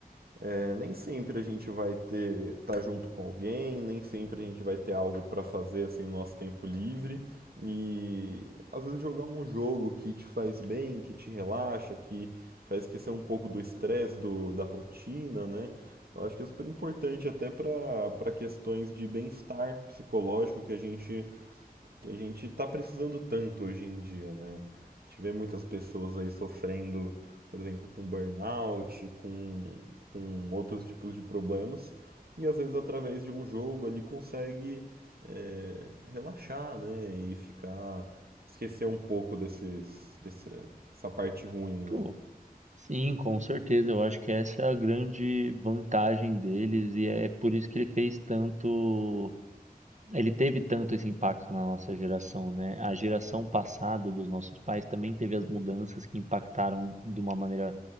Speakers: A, on the right; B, on the right.
A: é, nem sempre a gente vai ter, tá junto com alguém, nem sempre a gente vai ter algo para fazer, assim, no nosso tempo livre. E às vezes jogar um jogo que te faz bem, que te relaxa, que te faz esquecer um pouco do estresse, do, da rotina, né? Eu acho que é super importante até para para questões de bem-estar psicológico que a gente que a gente está precisando tanto hoje em dia, né? A gente vê muitas pessoas aí sofrendo, por exemplo, com burnout, com, com outros tipos de problemas, e às vezes através de um jogo ele consegue é, relaxar, né? E ficar, esquecer um pouco desses, desse, dessa parte ruim, né?
B: Pô, sim, com certeza. Eu acho que essa é a grande vantagem deles e é por isso que ele fez tanto. Ele teve tanto esse impacto na nossa geração, né? A geração passada dos nossos pais também teve as mudanças que impactaram de uma maneira